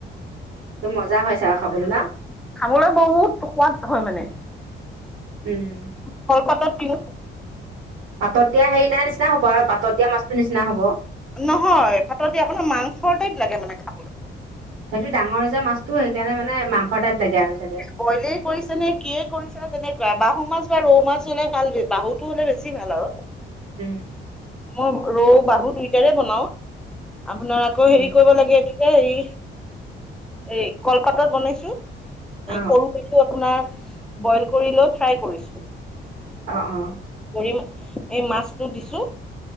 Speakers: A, on the right; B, in the centre.
A: এ মজা হৈছে আৰু খাবলৈ ন।
B: খাবলৈ বহুত সোৱাদ হয় মানে।
A: উম।
B: কলপাতাত দিওঁ।
A: পাতত দিয়া হেৰি নেৰা নিচিনা হ'ব আৰু পাতত দিয়া মাছটো নিচিনা হ'ব।
B: নহয় পাতত দিয়া একো নহয় মাংসৰ টাইপ লাগে মানে খা
A: সেইটো ডাঙৰ যে মাছটো সেইকাৰণে মানে মাংসৰ টাইপ লাগে আৰু চাগে।
B: বয়েলেই কৰিছে নে কিয়ে কৰিছে নে তেনেকুৱা, বাহু মাছ বা ৰৌ মাছ হলে ভাল বাহু টো হ'লে বেছি ভাল আৰু।
A: উম।
B: মই ৰৌ বাহু দুইটাৰে বনাও আপোনাৰ আকৌ
A: উম,
B: হেৰি কৰিব লাগে এইটো - এ হেৰি এই কল পাতত বনাইছো।
A: অ'
B: এই সৰু পেটো আপোনাৰ বইল কৰি লৈ ফ্ৰাই কৰিছো।
A: অ অ।
B: কৰিম, এই মাছটো দিছো।